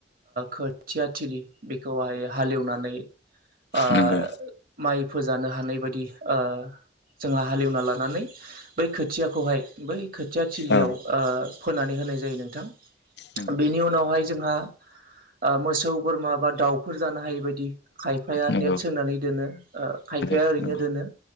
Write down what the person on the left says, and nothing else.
नंगौ
औ
नंगौ
नंगौ
नंगौ